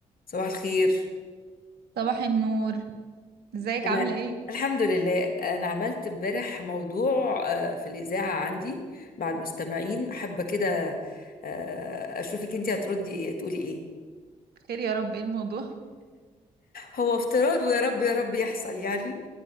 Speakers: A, on the left; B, on the right.
A: صباح الخير
B: صباح النور ازيك
A: انا
B: عاملة ايه؟
A: الحمد لله انا عملت امبارح موضوع آه، في الاذاعه عندي مع المستمعين حابه كده آه، اشوفك انت هتردي ايه تقولي ايه
B: خير يا رب ايه الموضوع؟
A: هو افتراض ويا رب يا رب يحصل يعني